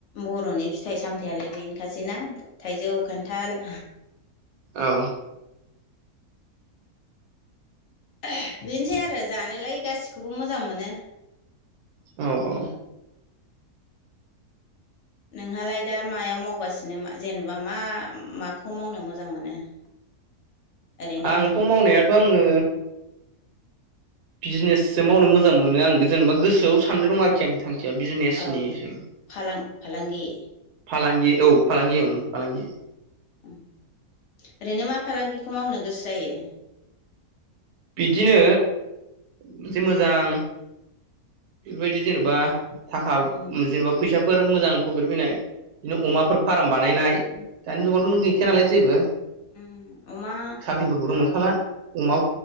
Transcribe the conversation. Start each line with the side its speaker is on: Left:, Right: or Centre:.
Left: बर'नि फिथाइ सामथायाइलाय बेनोखासैना। थाइजौ खान्थाल।
Right: औ।
Left: <unintelligible> बेनोसै आरो जानोलाय गासिखौबो मोजां मोनो।
Right: औ औ।
Left: नोंहालाय दा मायाव मावगासिनो जेनेबा मा माखौ मावनो मोजां मोनो? <inaudible>
Right: आंथ'
Left: हालखद
Right: मावनायाथ' आङो। बिजिनेससो मावनो मोजां मोनो आं जेनेबा गोसोआव साननाय दं आरोखि आं थां खिया बिजिनेसनिसो
Left: औ फालां फालांगि
Right: फालांगि औ फालांगि औ फालांगि
Left: ओम ओरैनो मा फालांगिखौ मावनो गोसो जायो
Right: बिदिनो मोनसे मोजां बेबायदि जेनेबा थाखा
Left: उम
Right: जेनेबा फैसा फोर मोजां प्रफिट फैनाय बिदिनो अमाफोर फार्म बानायनाय दानि जुगावथ' गैखाया नालाय जेबो
Left: उम अमा
Right: साख्रिफोरखौथ' मोनखाला अमा